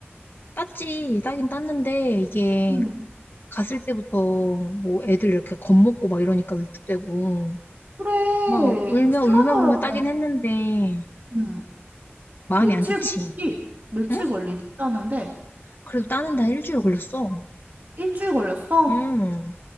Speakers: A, on the left (about 50°); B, on the right (about 45°).
A: 땄지. 따긴 땄는데, 이게
B: 응.
A: 갔을 때부터 뭐 애들 이렇게 겁먹고 막 이러니까 위축되고.
B: 그래,
A: 막 울며
B: 그 심하더라고.
A: 울며 울며 따긴 했는데,
B: 응,
A: 마음이
B: 며칠
A: 안 좋지.
B: 걸리지? 며칠
A: 응?
B: 걸리지? 하는데
A: 그래도 따는데 한 일주일 걸렸어.
B: 일주일 걸렸어?
A: 응.